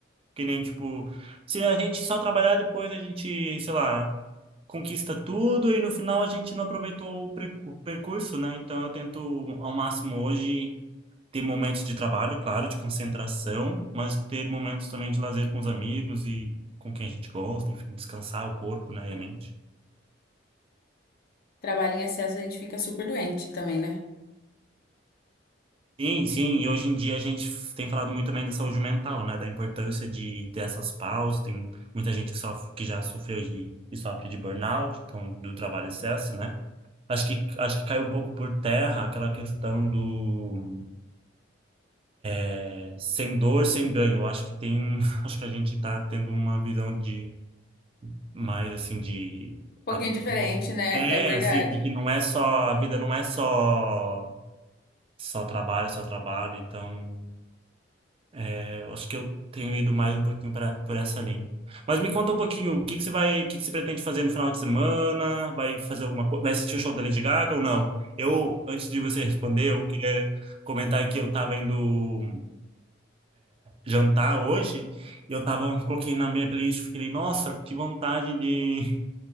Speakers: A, on the right; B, on the left.
A: que nem, tipo, se a gente só trabalhar depois, a gente, sei lá, conquista tudo e no final a gente não aproveitou o percu- percurso, né? Então, eu tento ao máximo hoje ter momentos de trabalho, claro, de concentração, mas ter momentos também de lazer com os amigos e com quem a gente gosta, enfim, descansar o corpo, né, e a mente.
B: Trabalho em excesso, a gente fica super doente também, né?
A: Sim, sim, e hoje em dia a gente f- tem falado muito também da saúde mental, né, da importância de ter essas pausas, tem muita gente que sofre, que já sofreu de, e sofre de burnout, então do trabalho excesso, né? Acho que, acho que caiu um pouco por terra aquela questão do é, sem dor, sem ganho. Eu Acho que tem, <laughs> acho que a gente está tendo uma visão de mais assim de
B: Um pouquinho
A: a
B: diferente, né?
A: pé,
B: É verdade.
A: assim, de que não é só, a vida não é só só trabalho, só trabalho. Então, é, eu acho que eu tenho ido mais um pouquinho pra, por essa linha. Mas me conta um pouquinho, o que que você vai, o que que você pretende fazer no final de semana? Vai fazer alguma coisa? Vai assistir o show da Lady Gaga ou não? Eu, antes de você responder, eu queria comentar que eu tava indo jantar hoje e eu tava, coloquei na minha playlist, fiquei, nossa, que vontade de